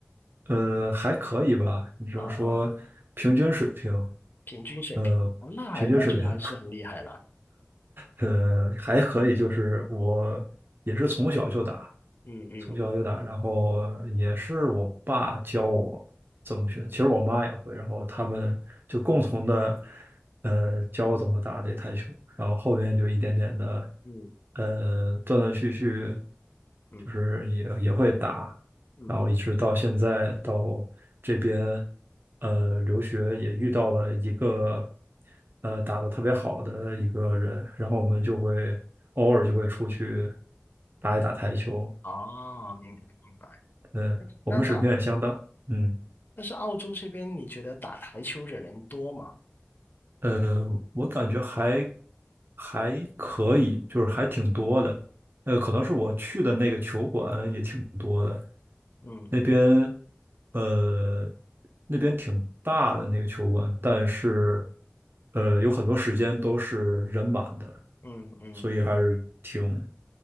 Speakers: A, on the right (about 60°); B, on the left (about 55°).
A: 呃还可以吧，你只能说平均水平，
B: 啊啊，平均水平，
A: 呃，
B: 哦，那还那就还是很厉害了。
A: 平均水平。呃，还可以，就是我也是从小就打，
B: 嗯嗯
A: 从小就打，然后也是我爸教我怎么学，其实我妈也会，然后他们就共同的呃教我怎么打这台球，然后后面就一点点的
B: 嗯
A: 呃断断续续，
B: 嗯
A: 就是也也会打，
B: 嗯嗯嗯嗯
A: 然后一直到现在到这边，
B: 嗯，
A: 呃，留学也遇到了一个，呃，打得特别好的一个人，
B: 嗯嗯
A: 然后我们就会偶尔就会出去打一打台球，
B: 哦，明白明白。
A: 嗯，我们水平也相当，
B: 那在
A: 嗯。
B: 但是澳洲这边，你觉得打台球的人多吗？
A: 呃，我感觉还还可以，就是还挺多的。呃，可能是我去的那个球馆也挺多的，
B: 嗯
A: 那边呃那边挺大的那个球馆，但是呃有很多时间都是人满的，
B: 嗯嗯
A: 所以还是挺